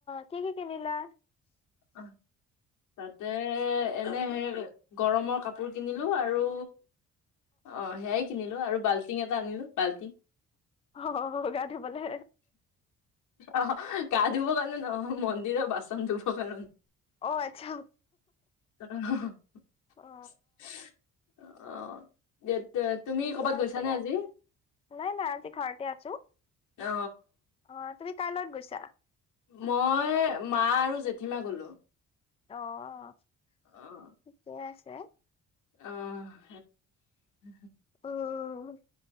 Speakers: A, on the left; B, on the left.
A: কি কি কিনিলা?
B: অহ। তাতে এনে হেৰী গৰমৰ কাপোৰ কিনিলো আৰু অ সেয়াই কিনিলো আৰু বাল্টিং এটা আনিলোঁ, বাল্টি।
A: অ' গা ধুবলে।
B: অহ, গা ধুব কাৰণে নহয়, মন্দিৰ বাচন ধুব কাৰণে।
A: অ' আচ্ছা।
B: <unintelligible> <unintelligible>
A: অ
B: তুমি
A: ঠিকে
B: কৰ'বাত
A: আছে
B: গৈছা নে আজি?
A: নাই, নাই আজি ঘৰতে আছোঁ,
B: অ
A: অ' তুমি কাৰ লগত গৈছা?
B: মই, মা আৰু জেঠী মা গ'লো।
A: অ'
B: অ
A: ঠিকে আছে।
B: অ' <unintelligible>
A: অ'